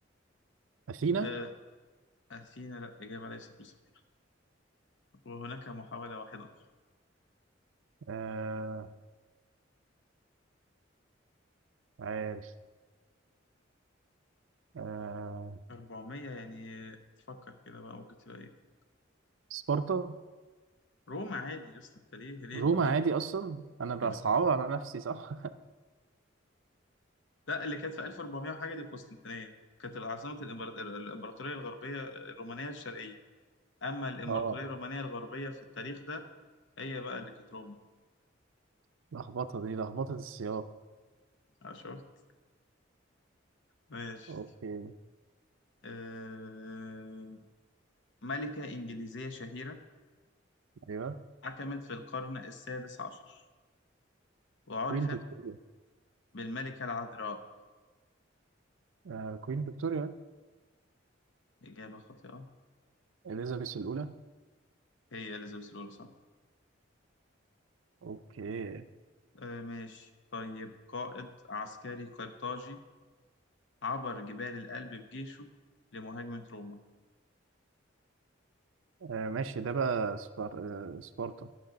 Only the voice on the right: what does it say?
اثينا
آه... عارف آه...
سبارتا
روما
عادي اصلا انا بصعبها
على نفسي صح
<laughs> اه
لخبطه دي لخبطه السياق
اوكي
ايوه
كوين فيكتوريا
آه كوين فيكتوريا
اليزابيث الاولى
اوكي
آه ماشي ده بقى سبار... آه سبارتا